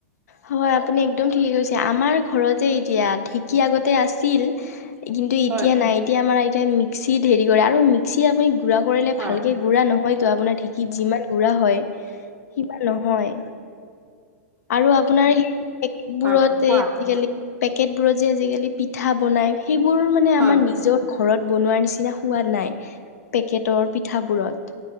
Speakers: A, on the left (about 70°); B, on the right (about 20°).
A: হয় আপুনি একদম ঠিকে কৈছে আমাৰ ঘৰত যে এতিয়া ঢেঁকী আগতে আছিল, কিন্তু এতিয়া
B: হয়
A: নাই এতিয়া আমাৰ আইতাই মিক্সিত হেৰি কৰে আৰু মিক্সি আপুনি গুড়া কৰিলে
B: হয়
A: ভালকে গুড়া নহয়তো, আপোনাৰ ঢেঁকীত যিমান গুড়া হয়, সি সিমান নহয়। আৰু আপোনাৰ সেই <inaudible> বোৰত
B: হয় কোৱা
A: আজিকালি পেকেট বোৰত যে আজিকালি পিঠা বনাই সেইবোৰ মানে আমাৰ
B: হয়
A: নিজৰ <inaudible> ঘৰত বনোৱাৰ নিচিনা সোৱাদ নাই পেকেটৰ পিঠাবোৰত